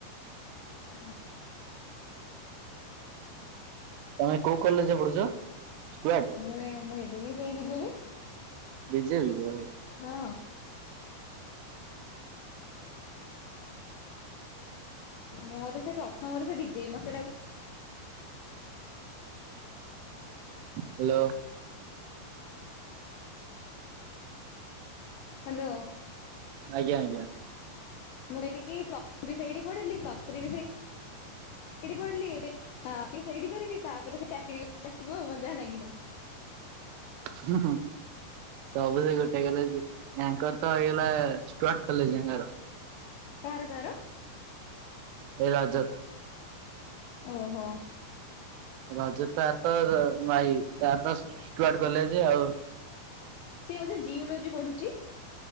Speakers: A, on the left; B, on the right.
A: ଆଞ।
B: ତମେ କୋଉ କଲେଜ ପଡୁଛ? ସ୍ଟ <unintelligible>
A: ମାନେ ମୁଁ ଏବେ ବି ସେଇ ବିଜେବି।
B: ବିଜେ ବି ଓହୋ।
A: ହଁ। ମୋର ସେ ପ୍ରଥମରେ ସେ ବିଜେବି ମତେ ଲାଗୁ
B: ହ୍ୟାଲୋ।
A: ହ୍ୟାଲୋ।
B: ଆଜ୍ଞା ଆଜ୍ଞା।
A: ମୁଁ କହିଲି କି ପ୍ଲ ବି ସେଇଠି ପଡିଲି ପ୍ଲସ୍ ଥ୍ରୀ ବି ସେ ସେଇଠି ପଢିଲି। ହଁ ସେଇଠି କରିବି ତାପରେ ସେ ଚାକିରି ମଜା ଲାଗିଲେ।
B: ହୁଁ ସବୁ ସେ ଗୋଟେ ଗଲେ ୟାଙ୍କର ତ ହେଇଗଲା। ପ୍ଲଟ କଲେଜ ଆଙ୍ଗାର।
A: କାହାର କାହାର?
B: ଏଇ ରଜତ।
A: ଓହୋ।
B: ରଜ ତାର ତ ଭାଇ ତାର ଷ୍ଟୁଆର୍ଟ କଲେଜ ଆଉ
A: ସେ ବୋଧେ ଜିଓଲୋଜି ପଢୁଛି।